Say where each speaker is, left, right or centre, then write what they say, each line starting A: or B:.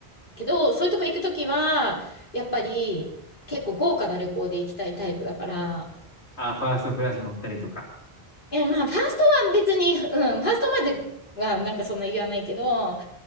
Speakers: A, on the left (about 50°); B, on the left (about 85°).
A: けど、そういうとこ行くときは、やっぱり結構豪華な旅行で行きたいタイプだから、
B: あ、ファーストクラス乗ったりとか、
A: いや、まあ、ファーストは別に、うん、ファーストまではなんかそんな言わないけど、